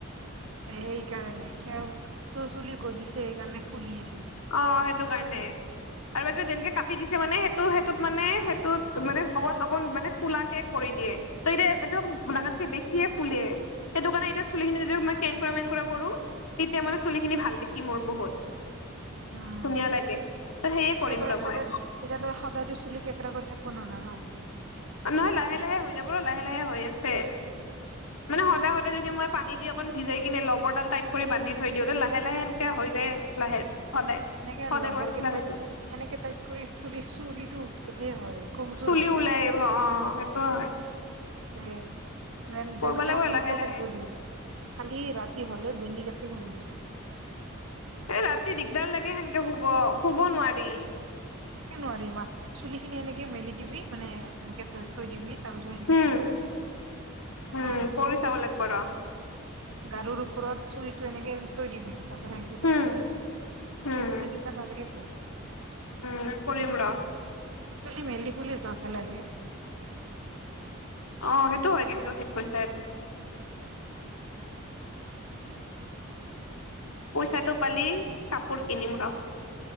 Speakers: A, on the right (about 70°); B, on the left (about 85°).
A: সেইকাৰণে নে কি আৰু তোৰ চুলি গছি সেইকাৰণে খুলি আছ
B: অ সেইটো কাৰণে আৰু বাকী যেনেকে কাটি দিছে মানে সেইটো, সেইটোত মানে, সেইটোত মানে অকণ-অকণ মানে ফুলাকে কৰি দিয়ে, ত এতিয়া এইটো লাগাতকে বেছিয়ে ফুলে, সেইটো কাৰণে এতিয়া চুলিখিনি যদি মই কেংকুৰা-মেংকুৰা কৰো, তেতিয়া মানে চুলিখিনি ভাল দেখি মোৰ বহুত।
A: উম
B: ধুনীয়া লাগে।
A: <unintelligible>
B: ত সেয়ে কৰিম ৰ মই
A: সদায় এতিয়া তই সদায়তো চুলি কেকেৰা কৰি থাকপো নোৱাৰা ন।
B: নহয় লাহে-লাহে হৈ যাব ৰ, লাহে-লাহে হৈ আছে, মানে সদায়-সদায় যদি মই পানী দি অকণ ভিজাই কিনে লবৰডাল টাইট কৰি বান্ধি থৈ দিওঁ, ত লাহে-লাহে এনেকে হৈ যায় লাহে সদায়
A: সেনেকে
B: সদায়
A: লগবৰকেইটাইত
B: কৰি থাকিলে হৈ যাব
A: সেনেকে টাইত কৰি চুলি চুলিটো সে হয় কমজোৰ
B: চুলি
A: হয়।
B: ওলাই আহিব অ সেইটোৱো হয়।
A: উম। নন
B: কৰবা
A: জেনকে
B: লাগিব
A: আছে সেনকে
B: লাহে লাহে
A: থাকিব দি, খালি ৰা হ'লে বেনি কাটি হ
B: এ ৰাতি দিগদাৰ লাগে সেনেকে শুব শুব নোৱাৰি
A: তে নোৱাৰি ইমাক চুলি খিনি এনেকে মেলি দিবি মানে এনেকে ত থৈ দিববি তাৰপিছত
B: উম
A: হবি
B: উম
A: অ
B: কৰি চাব লাগিব ৰ
A: গাৰুৰ ওপৰত চৰিটো এনেকে থৈ দিবি তাৰপিছত সেনকে কৰি
B: উম
A: তেতিয়া
B: উম
A: দিগদাৰ নালাগে তোৰ
B: উম কৰিম ৰ
A: চলি মেলি হলে যত হে লাগে
B: অ সেইটো হয় কিন্তু ঠিক কৈছে সেইটো পইচাটো পালি কাপোৰ কিনিম ৰ